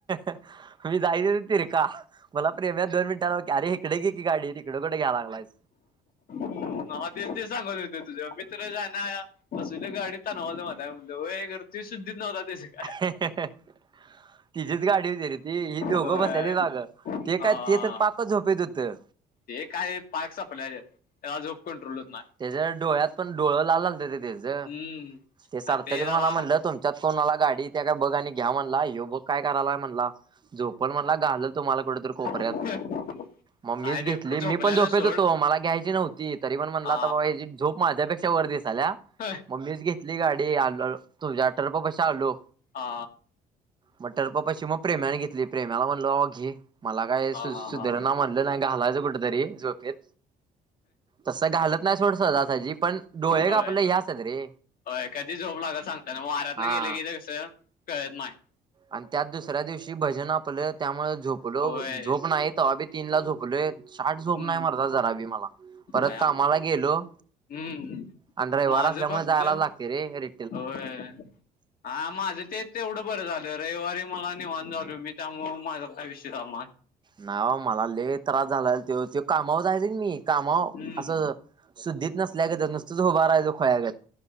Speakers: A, on the right; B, on the left.
A: आम्ही जाई धुरीत. री कां मलां प्रेम आहे दोन मिनटां अरे इकडे घे की, गांडी तिकडे कुठे घ्यांय लागलांय. <inaudible>
B: मला बी ते सांगायचं होेतं तुझ्यां मित्रं जाणार. कसलं गांडीत ताणवालता माहितीये का म्हणलं होय खरं शुद्धीत नव्हता त्याचं काय.
A: त्यांचीचं गांडी होती रे ती ही, दोघं
B: होय
A: बसायले बागं ते कायं
B: हा.
A: ते तरं पाकचं झोपेत होतं.
B: ते कायं पाक संपल्या त्यांला झोपकण कटोल होतं नाहीं.
A: त्यांच्या डोळ्यांत पणं डोळ लांत ते त्यांचं
B: हम्म
A: ते सारथ
B: आणि
A: क
B: जरा
A: मलां म्हणलं तुम''--'' त्यांच्यात कोणांला गांडी येत्या का बघां आणि घ्यां म्हणला हे बघं कायं करायलांय म्हणंला. झोपणं म्हणंला घालं तुम्हांला कुठेतरी कोपऱ्यांत.
B: अं,
A: म मीच
B: आहे
A: घेतली
B: ते झोपल्याला
A: मी पण झोपेत
B: सोड
A: होेतो मला घ्यायची नव्हती. तरी पण म्हणलं
B: आ
A: आता बाबा ह्याचे झोप माझ्यापेक्षा वर दिसाल्या.
B: होय.
A: म मीच घेतली गाडी आल तुझ्या अठर्फ पाशी आलो.
B: आ
A: मग टर्फ पाशी मग प्रेम्याने घेतली प्रेम्याला म्हणल बाबा घे. मला काय
B: हा
A: सु
B: हा
A: सुधारणा
B: हा
A: म्हटलं नाही घालायचं कुठतरी झोपेत. तस घालत नाही सोड सहजा सहजी पण हे डोळ हे
B: होय
A: आपलं हे असतात रे.
B: होय कधी झोप लागल सांगता नाही वाऱ्यातन
A: हा.
B: गेले की, ते कसं कळत नाही.
A: आणि त्यात दुसऱ्या दिवशी भजन आपलं त्यामुळे झोपलो
B: होय
A: झोप नाहीत तवाबी तीनला झोपलोय. छाट
B: हम्म
A: झोप नाही मर्दा जरा बी मला परत
B: आय आम
A: कामाला गेलो.
B: हम्म
A: आणि रविवार
B: माझं
A: असल्यामुळे
B: फक्त
A: जायलाच लागते रे घरी.
B: होय. हा, माझं ते तेवढं बरं झालं रविवारी मला निवांत झाल मी त्यामुळ माझा काय विषय नाय.
A: नाय बा मला लई त्रास झाला त्यो त्यो कामावर जायचा कणी कामावर
B: हम्म
A: असं. शुद्धीत नसल्या गत नुसतच उभा रहायचं खुळ्यागत